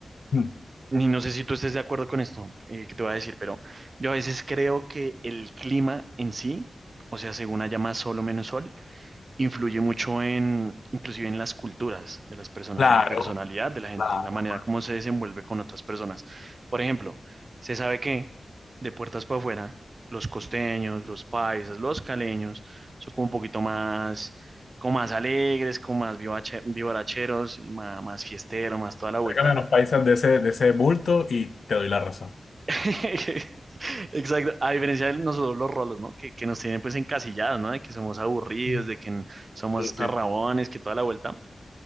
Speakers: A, on the left; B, on the right.
A: Mm.
B: Y no sé si tú estés de acuerdo con esto eh, que te voy a decir, pero yo a veces creo que el clima en sí, o sea, según haya más sol o menos sol, influye mucho en, inclusive en las culturas de las personas,
A: Claro,
B: en la personalidad de la gente,
A: claro.
B: en la manera como se desenvuelve con otras personas. Por ejemplo, se sabe que de puertas para afuera, los costeños, los paisas, los caleños son como un poquito más, como más alegres, como más vivache- vivaracheros, y más, más fiesteros, más toda la vuelta
A: Tráigame a los países de ese, de ese bulto y te doy la razón.
B: <laughs> Exacto, a diferencia de nosotros los rolos, ¿no? Que, que nos tienen pues encasillados, ¿no? De que somos aburridos,
A: Mm.
B: de que n- somos
A: Sí, sí.
B: tarrabones, que toda la vuelta,